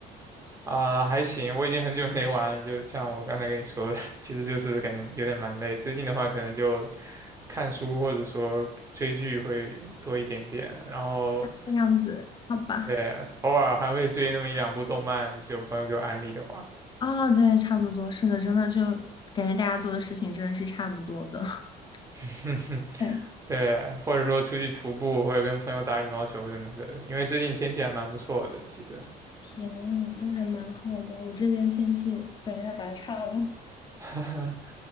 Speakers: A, on the right (about 20°); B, on the left (about 25°).
A: 啊。还行，我已经很久没玩了，就像我刚才跟你说的，<laughs> 其实就是感觉有点蛮累。最近的话，可能就看书或者说追剧会多一点点，然后
B: 这样子，好吧。
A: 对，偶尔还会追那么一两部动漫，就是有朋友给我安利的话。
B: 啊，对，差不多，是的，真的就感觉大家做的事情真的是差不多的。<laughs>
A: <laughs>
B: 对，
A: 对，或者说出去徒步，或者跟朋友打羽毛球什么的，因为最近天气还蛮不错的，其实，
B: 天呐那还蛮好的。我这边天气感觉还蛮差的。<laughs>
A: <laughs>